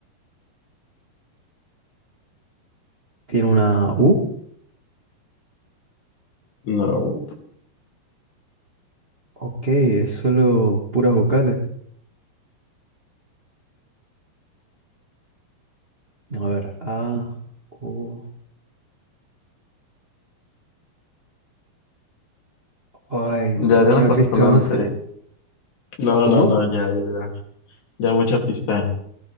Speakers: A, on the right; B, on the left.
A: ¿Tiene una U?
B: No.
A: Ok, es solo puras vocales. A ver, A. U. Ay,
B: Ya
A: ¿alguna
B: de una consonante.
A: pista más?
B: No,
A: ¿Cómo?
B: no, no, ya, ya, ya. Ya mucha pista.